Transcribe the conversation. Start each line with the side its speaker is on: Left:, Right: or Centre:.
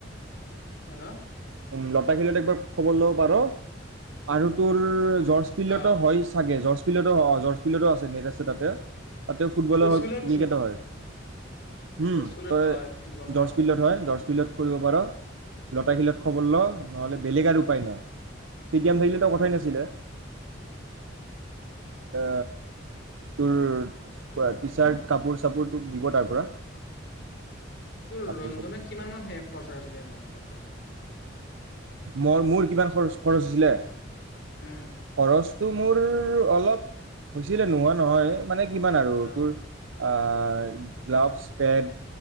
Left: হয় ন'।
Right: উম, লতাশিলত একবাৰ খবৰ ল'ব পাৰ আৰু তোৰ জৰ্জ ফিল্ডতো
Left: অ
Right: হয় চাগে জৰ্জ জৰ্জ ফিল্ডতো অ, জৰ্জ ফিল্ডত আছে নেট আছে তাতে। তাতে ফুটবলো
Left: ৰচুলত
Right: হয় ক্ৰিকেটো হয়। উম,
Left: ৰচুলত
Right: তই
Left: হয় গম পাও
Right: জৰ্জ
Left: গম
Right: ফিল্ডত
Left: পাও
Right: হয় জৰ্জ ফিল্ডত কৰিব পাৰ, লতাশিলত খবৰ ল নহ'লে বেলেগ আৰু উপায় নাই। ষ্টেডিয়াম থাকিলেতো কথাই
Left: অ
Right: নাছিলে। অ, তোৰ টি চাৰ্ট
Left: ক
Right: কাপোৰ চাপ তোক দিব তাৰ পৰা।
Left: তোৰ
Right: কাপোৰ
Left: ৰঞ্জনে
Right: চাপোৰ
Left: কিমান মান সে খৰচ হৈছিলে সেইমাহত লওতে
Right: ম মোৰ কিমান খৰচ খৰচ হৈছিলে।
Left: উম
Right: খৰচটো মোৰ অলপ হৈছিলে নোহোৱা নহয় মানে কিমান আৰু
Left: অ
Right: তোৰ আ gloves, pads,